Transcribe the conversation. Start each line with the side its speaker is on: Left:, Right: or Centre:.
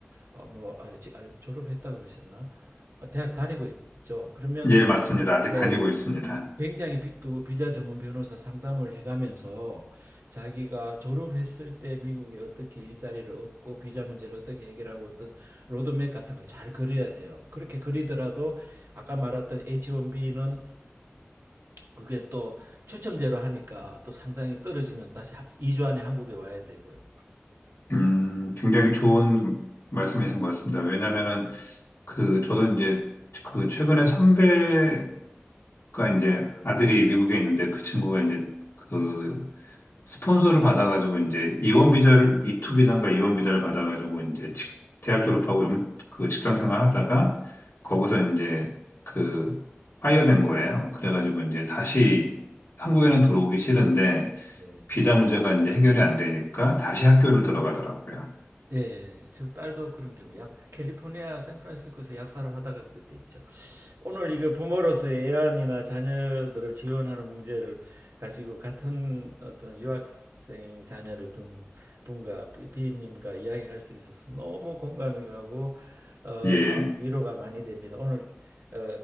Right: 어, 뭐 아, 지- 아, 졸업했다 그러셨나? 어, 대학 다니고 있- 있죠. 그러면
Left: 예, 맞습니다. 아직
Right: 예,
Left: 다니고
Right: 예.
Left: 있습니다.
Right: 굉장히 비, 그 뭐 비자 전문 변호사 상담을 해가면서 자기가 졸업했을 때 미국에 어떻게 일자리를 얻고 비자 문제를 어떻게 해결하고 어떤 로드맵 같은 걸 잘 그려야 돼요. 그렇게 그리더라도 아까 말했던 H1B는 그게 또 추첨제로 하니까 또 상당히 떨어지면 다시 하- 2주 안에 한국에 와야 되고요.
Left: 음, 굉장히 좋은 말씀이신 것 같습니다. 왜냐면은 그, 저도 이제 그 최근에 선배가 이제 아들이 미국에 있는데 그 친구가 이제 그 스폰서를 받아가지고 이제 이원 비자를 이투 비자인가 이원 비자를 받아가지고
Right: 네.
Left: 이제 직- 대학 졸업하고 영- 그 직장 생활하다가 거기서 이제 그 파이어된 거예요. 그래가지고 이제 다시 한국에는 들어오기 싫은데
Right: 네.
Left: 비자 문제가 이제 해결이 안 되니까 다시 학교를 들어가더라고요.
Right: 예, 예. 저 딸도 그런 경우, 약, 캘리포니아 샌프란시스코에서 약사를 하다가 그래 됐죠. 오늘 이거 부모로서의 애완이나 자녀들을 지원하는 문제를 가지고 같은 어떤 유학생 자녀를 둔 분과 비님과 이야기할 수 있어서 너무 공감이 가고, 어,
Left: 예.
Right: 마음 위로가 많이 됩니다. 오늘, 어,